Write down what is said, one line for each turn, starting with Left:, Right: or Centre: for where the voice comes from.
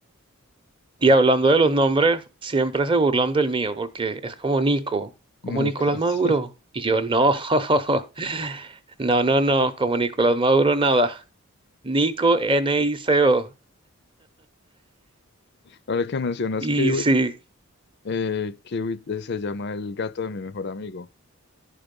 Right: Y hablando de los nombres, siempre se burlan del mío porque es como Nico,
Left: <laughs>
Right: como
Left: Nico,
Right: Nicolás
Left: sí.
Right: Maduro. Y yo no, <laughs> no, no, no, como Nicolás Maduro nada. Nico N-I-C-O.
Left: Ahora que mencionas
Right: Y
Left: Kiwi,
Right: sí,
Left: eh, Kiwi eh, se llama el gato de mi mejor amigo.